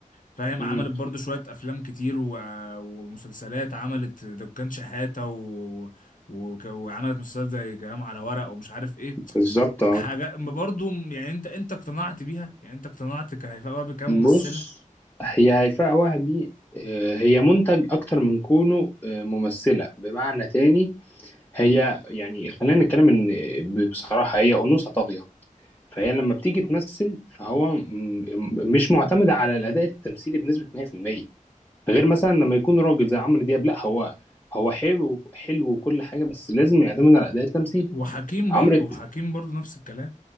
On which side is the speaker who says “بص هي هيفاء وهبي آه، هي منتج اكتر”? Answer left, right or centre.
Left